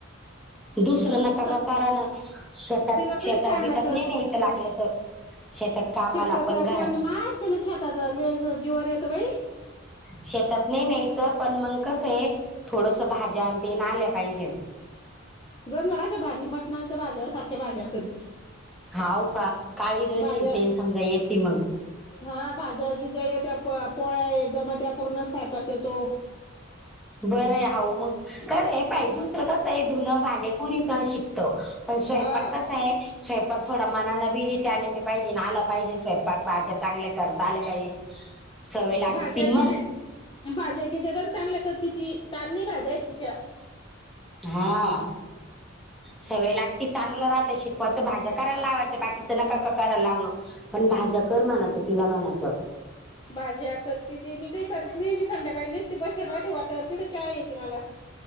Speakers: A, in the centre; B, on the left.
A: दुसरं
B: अ
A: नका
B: सग
A: का कराण शतात
B: तिला काही
A: शेतात
B: सांगायचं
A: बितात नाही न्यायचं लागलं तर <unintelligible>
B: शताात
A: पण घरात
B: कोण मा शताात जीवारी येत बाई
A: शेतात नाही न्यायचं पण मग कसं आहे थोडस भाज्या आण ते ना आल्या पाहिजे.
B: गरज अशा भारी मटणाच्या भाज्या सारख्या भाज्या करती
A: हाव का काळी रशील
B: भाज्या
A: ते समजा येते मग
B: हा भाज्यागी ज्या त्या पोळ्या जमा त्या पूर्णच सायपाक येतो.
A: बरं आहे ह मस् का पा दुसरं कसं आहे धुनं भांडेकुरी पण शिकत. पण स्वयंपाक
B: हा
A: कस आहे. स्वयंपाक थोडा मना बिजी टॅलेंट पाहिजे ना आलं पाहिजे स्वयंपाक भाज्या चांगल्या करता आलं पाहिजे. <inaudible> लागतील
B: भाज्या गीज
A: मग
B: भाज्या घी जगण चांगल्या करतेि ती तान नाही भाज्या आहेत तिच्या.
A: हा सवय लाग त चांगलं राहतं शिकवायचं भाज्या करायला लावायचं बाकीचं न का का कराय लावणं. पण भाज्या कर म्हनायचं तिला म्हनायचं.
B: भाज्या करती ते मी काही करत नाही मी संध्याकाळी नसते बसेलवती वाटवर त य येते मला.